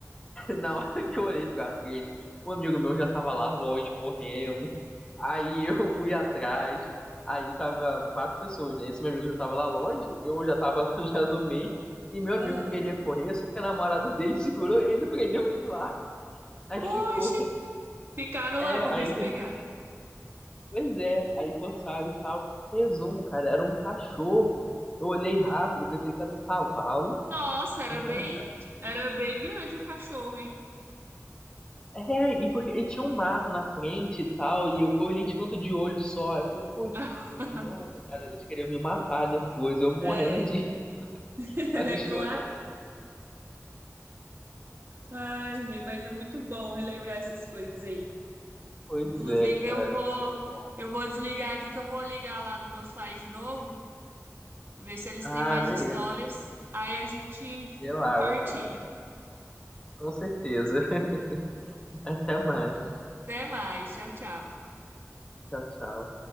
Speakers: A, on the left; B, on the right.
A: na hora que eu olhei pra frente, um amigo meu já tava lá longe, correndo. Aí <laughs> eu fui atrás. Aí tava quatro pessoas, né? Esse meu amigo já tava lá longe, eu já tava <laughs> já no meio. E meu
B: Aham.
A: amigo queria correr, só que a namorada dele <laughs> segurou ele, prendeu ele lá. Aí
B: Oxe,
A: ficou.
B: ficaram lá
A: É,
B: pro
A: aí
B: bicho
A: ele teve
B: pegar.
A: que. Pois é, aí forçaram e tal. Resumo, cara, era um cachorro. Eu olhei rápido, pensei que era um cavalo,
B: Nossa, era
A: mas
B: bem,
A: era um cachorro.
B: era bem grande o cachorro, hein?
A: É, e porque ele tinha um mato na frente e tal, e eu corri de canto de olho só. Eu falei, putz,
B: <laughs>
A: nossa, cara, eles queriam me matar depois, eu morrendo
B: É.
A: de rir, <laughs>
B: <laughs>
A: quase
B: É claro.
A: chorando.
B: Ai, gente, mas é muito bom relembrar essas coisas aí.
A: Pois
B: Inclusive,
A: é, cara,
B: eu vou
A: tempos bons.
B: eu vou desligar aqui que eu vou ligar lá no meu site de novo, ver se eles
A: Ah,
B: têm mais
A: beleza.
B: histórias. Aí a gente
A: Vê lá,
B: compartilha.
A: vê lá. Com certeza. <laughs> Até mais.
B: Até mais. Tchau, tchau.
A: Tchau, tchau.